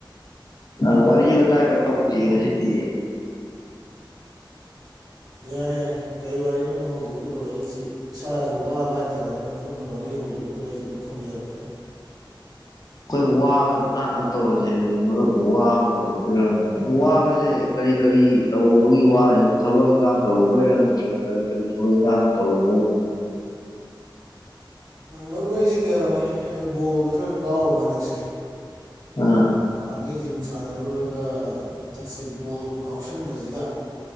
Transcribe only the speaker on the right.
ꯌꯥꯏ-ꯌꯥꯏ ꯀꯔꯤ ꯋꯥꯔꯤꯅꯣ ꯑꯗꯨꯝ ꯍꯧꯗꯣꯛꯄꯤꯔꯛꯑꯣ ꯑꯩꯁꯦ ꯏꯁꯥꯁꯨ ꯋꯥꯕ ꯍꯥꯏꯇꯥꯔꯦ ꯑꯗꯨꯝ ꯃꯔꯨꯞꯅ ꯋꯥꯔꯤ ꯍꯧꯗꯣꯛꯄꯤꯔꯛꯑꯣ ꯑꯩꯁꯨ ꯑꯗꯨꯝ ꯈꯨꯝꯖꯔꯛꯀꯦ꯫
ꯃꯔꯨꯞ ꯑꯩꯁꯦ ꯀꯩꯅꯣꯅꯦ ꯑꯩ ꯕꯣꯜꯗꯨ ꯈꯔ ꯀꯥꯎꯔꯨꯕ ꯍꯟꯗꯛꯁꯦ꯫
ꯅꯍꯥꯟꯒꯩ ꯖꯤꯝ ꯁꯥꯟꯅꯔꯨꯔꯒ ꯍꯟꯗꯛꯁꯦ ꯕꯣꯜ ꯑꯃ ꯀꯥꯎꯁꯟꯕꯁꯤꯗ